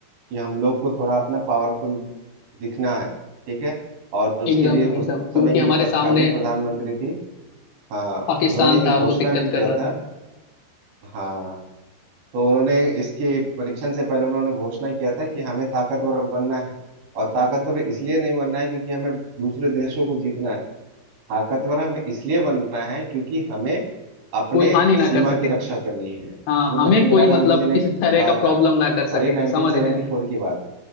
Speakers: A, on the right (about 70°); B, on the left (about 70°).
A: कि हम लोग को थोड़ा अपना पावरफुल दिखना है ठीक है और उसके
B: एकदम
A: लिए उस
B: एकदम क्योंकि
A: समय की
B: हमारे
A: जो
B: सामने
A: तत्कालीन प्रधानमंत्री थी हाँ
B: पाकिस्तान
A: उन्होंने ये
B: था
A: घोषणा
B: वो दिक्कत
A: भी किया
B: कर रहा
A: था
B: था
A: हाँ तो उन्होंने इसके परीक्षण से पहले उन्होंने घोषणा किया था कि हमें ताकतवर बनना है और ताकतवर इसलिए नहीं बनना है क्योंकि हमें दूसरे देशों को जीतना है ताकतवर हमें इसलिए बनना है क्योंकि हमें अपने
B: कोई हानि ना
A: सीमा
B: कर सके
A: की रक्षा करनी है
B: हाँ
A: श्रीमती
B: हमें
A: इंदिरा
B: कोई
A: गांधी
B: मतलब
A: जी ने
B: किसी तरह
A: कहा
B: का प्रॉब्लम
A: था
B: ना कर सके
A: और ये 1974
B: समझ गए
A: की बात है